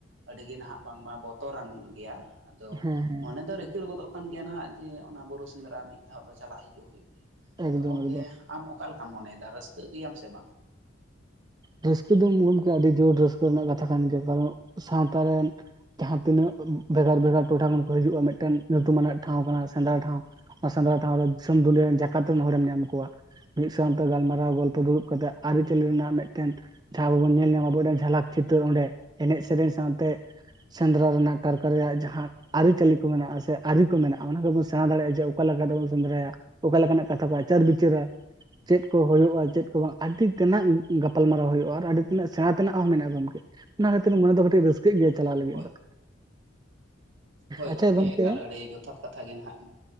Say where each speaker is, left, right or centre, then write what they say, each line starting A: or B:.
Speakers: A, on the right; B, on the right.
A: ᱟᱹᱰᱤ ᱜᱮ ᱱᱟᱦᱟᱜ ᱵᱟᱝᱢᱟ ᱵᱚᱛᱚᱨᱟᱱ ᱜᱮᱭᱟ᱾ ᱟᱫᱚ
B: ᱦᱮᱸ ᱦᱮᱸ
A: ᱢᱚᱱᱮ ᱫᱚ ᱨᱤᱠᱤᱲ ᱜᱚᱫᱚᱜ ᱠᱟᱱ ᱜᱮᱭᱟ ᱱᱟᱦᱟᱜ ᱡᱮ ᱚᱱᱟ ᱵᱩᱨᱩ ᱥᱮᱸᱫᱽᱨᱟ ᱢᱤᱫ ᱫᱷᱟᱣ ᱫᱚ ᱪᱟᱞᱟᱜ ᱦᱤᱡᱩᱜ ᱦᱩᱭᱩᱜ ᱜᱮᱭᱟ᱾
B: ᱮᱠᱫᱚᱢ
A: ᱛᱚ ᱜᱚᱝᱠᱮ
B: ᱮᱠᱫᱚᱢ
A: ᱟᱢ ᱚᱠᱟᱞᱮᱠᱟᱢ ᱢᱚᱱᱮᱭᱮᱫᱟ ᱨᱟᱹᱥᱠᱟᱹᱜ ᱜᱮᱭᱟᱢ ᱥᱮ ᱵᱟᱝ?
B: ᱨᱟᱹᱥᱠᱟᱹ ᱫᱚᱢ ᱜᱚᱢᱠᱮ ᱟᱹᱰᱤ ᱡᱳᱨ ᱨᱟᱹᱥᱠᱟᱹ ᱨᱮᱱᱟᱜ ᱠᱟᱛᱷᱟ ᱠᱟᱱ ᱜᱮᱭᱟ ᱠᱟᱨᱚᱱ ᱥᱟᱶᱛᱟ ᱨᱮᱱ ᱡᱟᱦᱟᱸ ᱛᱤᱱᱟᱹᱜ ᱵᱷᱮᱜᱟᱨ ᱵᱷᱮᱜᱟᱨ ᱴᱚᱴᱷᱟ ᱠᱷᱚᱱ ᱠᱚ ᱦᱤᱡᱩᱜᱼᱟ ᱢᱤᱫᱴᱮᱱ ᱧᱩᱢᱟᱱᱟᱜ ᱴᱷᱟᱶ ᱠᱟᱱᱟ ᱥᱮᱸᱫᱽᱨᱟ ᱴᱷᱟᱶ᱾ ᱚᱱᱟ ᱥᱮᱸᱫᱽᱨᱟ ᱴᱷᱟᱶ ᱨᱮ ᱫᱤᱥᱚᱢ ᱫᱩᱞᱤᱭᱟᱹ ᱨᱮᱱ ᱡᱟᱠᱟᱛ ᱨᱮᱱ ᱦᱚᱲᱮᱢ ᱧᱟᱢ ᱠᱚᱣᱟ᱾ ᱢᱤᱫ ᱥᱟᱶᱛᱮ ᱜᱟᱞᱢᱟᱨᱟᱣ ᱜᱚᱞᱯᱚ ᱫᱩᱲᱩᱵ ᱠᱟᱛᱮᱜ ᱟᱹᱨᱤᱪᱟᱹᱞᱤ ᱨᱮᱱᱟᱜ ᱢᱤᱫ ᱴᱮᱱ ᱡᱟᱦᱟᱸ ᱵᱟᱵᱚ ᱵᱚᱱ ᱧᱮᱞ ᱧᱟᱢᱟ ᱟᱵᱚ ᱴᱮᱱ ᱡᱷᱟᱞᱟᱠ ᱪᱤᱛᱟᱹᱨ ᱚᱸᱰᱮ ᱮᱱᱮᱡ ᱥᱮᱨᱮᱧ ᱥᱟᱶᱛᱮ ᱥᱮᱸᱫᱽᱨᱟ ᱨᱮᱱᱟᱜ ᱠᱟᱨᱠᱟ ᱨᱮᱭᱟᱜ ᱡᱟᱦᱟᱸ, ᱟᱹᱨᱤᱪᱟᱹᱞᱤ ᱠᱚ ᱢᱮᱱᱟᱜᱼᱟ ᱥᱮ ᱟᱹᱨᱤ ᱠᱚ ᱢᱮᱱᱟᱜᱼᱟ ᱚᱱᱟ ᱠᱚᱵᱚᱱ ᱥᱮᱬᱟ ᱫᱟᱲᱮᱭᱟᱜᱼᱟ ᱡᱮ ᱚᱠᱟ ᱞᱮᱠᱟ ᱛᱮᱵᱚᱱ ᱥᱮᱱᱫᱨᱟᱭᱟ᱾ ᱚᱠᱟ ᱞᱮᱠᱟᱱᱟᱜ ᱠᱟᱛᱷᱟ ᱠᱚ ᱟᱪᱟᱨ ᱵᱤᱪᱟᱹᱨᱟ, ᱪᱮᱫ ᱠᱚ ᱦᱩᱭᱩᱜᱼᱟ ᱪᱮᱫ ᱠᱚ ᱵᱟᱝ, ᱟᱹᱰᱤ ᱛᱮᱱᱟᱜ ᱜᱟᱯ ᱯᱟᱞᱢᱟᱨᱟᱣ ᱦᱩᱭᱩᱜᱼᱟ ᱟᱨ ᱟᱹᱰᱤ ᱛᱤᱱᱟᱹᱜ ᱥᱮᱬᱟ ᱛᱮᱱᱟᱜ ᱦᱚᱸ ᱢᱮᱱᱟᱜᱼᱟ ᱜᱚᱢᱠᱮ, ᱚᱱᱟ ᱠᱷᱟᱹᱛᱤᱨ ᱢᱚᱱᱮ ᱫᱚ ᱠᱟᱹᱴᱤᱡ ᱨᱟᱹᱥᱠᱟᱹᱜ ᱜᱮᱭᱟ ᱪᱟᱞᱟᱣ ᱞᱟᱹᱜᱤᱫ
A: ᱦᱳᱭ
B: ᱫᱚ᱾ <inaudible>
A: ᱦᱳᱭ
B: ᱟᱪᱪᱷᱟ
A: ᱜᱚᱝᱠᱮ
B: ᱜᱚᱢᱠᱮ
A: ᱮᱠᱟᱞ ᱟᱹᱰᱤ ᱡᱚᱛᱷᱟᱛ ᱠᱟᱛᱷᱟ ᱜᱮ ᱱᱟᱦᱟᱜ ᱮᱢ